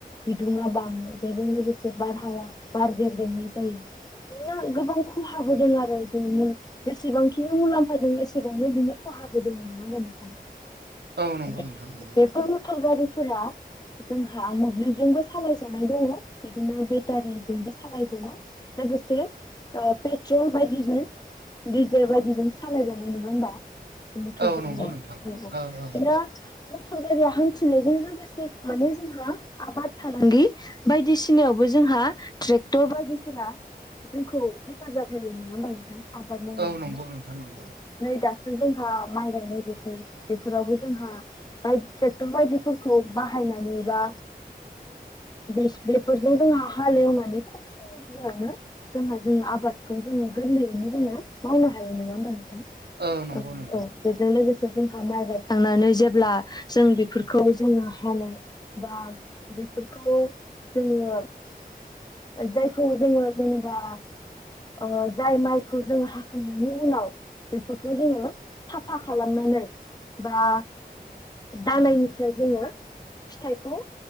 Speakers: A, on the left; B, on the right.
A: बिदुङा बां बेजों लोगोसे बारहावा बारगेरजोंनाय जायो। बिदिनो गोबां खहााबोदों आरो जों जेसेबांखिनि मुलाम्फा द एसेबांनो बिनि खहाबो दङ नङा होना नोंथां।
B: औ नंगौ नोंथां नंगौ
A: बेफोर मटर गारिफोरा जोंहा मोब्लिबजोंबो सालायजानाय दङ बिदिनो बेटारिजोंबो सालायजा ना गसे पेट्रल बाय गिजल गेजेर बायदिजों सालायजानाय नङा होमबा थारि
B: औ नंगौ
A: बेनो
B: नोंथां औ औ
A: बोथ' गारिया हान्थिनायजों लोगोसे माने जोंहा आबाद फालांगि बायदिसिनायावबो जोंहा ट्रेक्टर बायदिसिना फोरा जोंखौ हेफाजाब होयो नङा होमा नोंथां आबाद मावनायावनो
B: औ नंगौ नोंथां नंगौ
A: नै दासो जोंहा माइ गायनाय बोथोर बेफोराबो जोंहा बायक ट्रेक्टर बायदिफोरखौ बाहायनानै बा बिस बेफोरजों जोंहा हालेवनानै जोङो जोंहा जोङो आबादखौ जोङो गोरलैयैनो जोङो मावनो हायो नङा होमबा नोंथां
B: औ नंगौ
A: ओ
B: नोंथां
A: औ बेजों लोगोसे जोंहा माइ गायखांनानै जेब्ला जों बेफोरखौ जोङो हानो बा बेफोरखौ जोङो ओ जाय खौ जोङो जेनोबा ओ जाय माइखौ जोङो हाखांनायनि उनाव बेफोरखौ जोङो साफा खालामनानै बा दानायनिसो जोङो फिथाइखौ